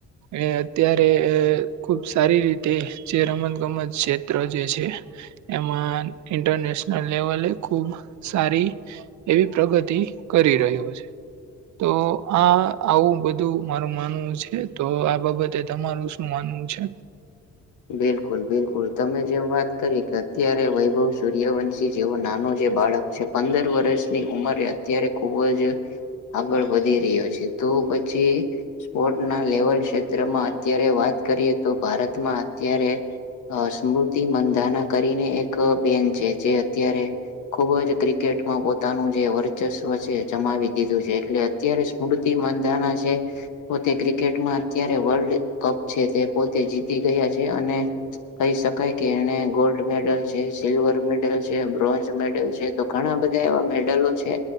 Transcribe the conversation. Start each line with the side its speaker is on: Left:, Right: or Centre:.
Right: એ અત્યારે ખુબ સારી રીતે જે રમત ગમત ક્ષેત્ર જે છે. એમાં ઇન્ટરનેશનલ લેવલે ખુબ સારી એવી પ્રગતિ કરી રહ્યો છે. તો આ આવું બધું મારું માનવું છે તો આ બાબતે તમારું માનવું છે.
Left: બિલકુલ બિલકુલ તમે જેમ વાત કરી કે અત્યારે વૈભવ સૂર્યવંશી જેવો નાનો જે બાળક છે પંદર વર્ષની ઉંમરે અત્યારે ખુબ જ આગળ વધી રહ્યો છે તો પછી સ્પોર્ટ ના લેવલ ક્ષેત્રમાં અત્યારે વાત કરીએ તો ભારતમાં અત્યારે અ સ્મૃતિ મંધાના કરીને એક બેન છે જે અત્યારે ખુબ જ ક્રિકેટમાં પોતાનું જે વર્ચસ્વ છે જમાવી દીધું છે એટલે અત્યારે મૂતિ મંધાના છે પોતે ક્રિકેટમાં અત્યારે વર્લ્ડ કપ છે તે પોતે જીતી ગયા છે અને કહી શકાય કે એને ગોલ્ડ મેડલ છે, સિલ્વર મેડલ છે, બ્રોન્જ મેડલ છે. તો ઘણા બધા એવા મેડલો છે.